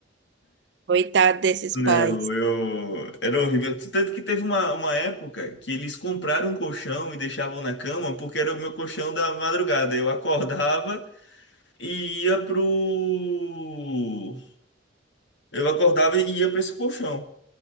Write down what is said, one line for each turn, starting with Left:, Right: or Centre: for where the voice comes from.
Right: Coitado desses
Left: Não,
Right: pais.
Left: eu. Era horrível. Tanto que teve uma, uma época que eles compraram um colchão e deixavam na cama porque era o meu colchão da madrugada. Eu acordava e ia pro. Eu acordava e ia pra esse colchão.